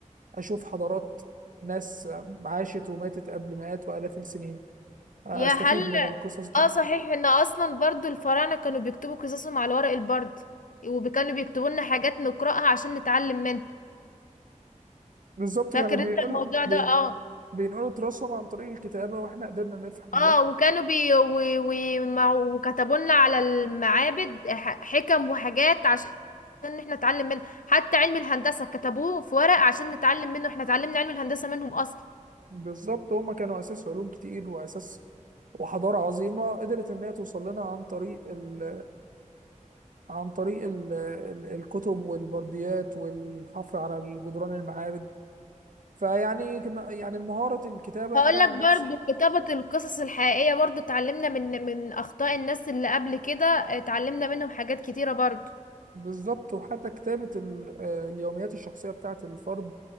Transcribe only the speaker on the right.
أشوف حضارات ناس عاشت وماتت قبل مئات وآلاف السنين آه،
أستفيد
من القصص دي
بالظبط
كانوا بينقلوا
بين...
بينقلوا تراثهم عن طريق الكتابة وإحنا قدرنا نفهم ده
بالظبط هما كانوا اساس علوم كتير واساس وحضاره عظيمه قدرت ان هي توصل لنا عن طريق ال عن طريق ال ال الكتب والبرديات والحفر على جدران المعابد فيعني كما- يعني مهاره الكتابه
انا عن
نفسي
بالظبط وحتى كتابه ال- آه، اليوميات الشخصيه بتاعه الفرد